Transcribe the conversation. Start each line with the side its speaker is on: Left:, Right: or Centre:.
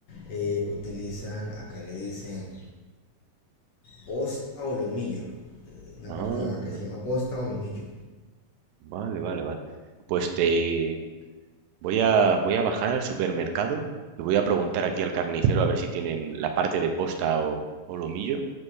Left: eh, utilizan, acá le dicen posta o lomillo, eh, una
Right: Ah,
Left: parte de la vaca que
Right: no.
Left: se llama posta o lomillo.
Right: Vale, vale, vale. Pues te voy a voy a bajar al supermercado y voy a preguntar aquí al carnicero a ver si tienen la parte de posta o, o lomillo